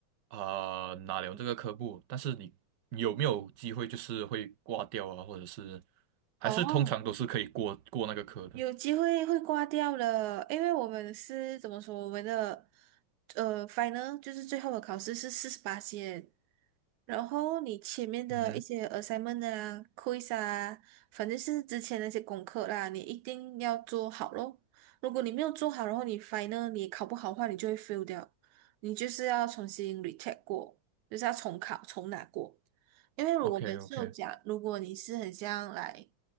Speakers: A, on the right (about 45°); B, on the right (about 80°).
A: 啊、哪拿了这个科目，但是你你有没有机会就是会挂掉啊，或者是还是通常都是可以过过那个科的？
B: 哦，有机会会挂掉了，因为我们是怎么说，我们的呃 final 就是最后的考试是四十八线，然后你前面的一些
A: 嗯
B: assignment 啊、quiz 啊，反正是之前那些功课啦，你一定要做好咯。如果你没有做好，然后你 final 你考不好的话，你就会 fail 掉，你就是要重新 retake 过，就是要重考重拿过。因为我们就讲，
A: ，OK OK
B: 如果你是很像来，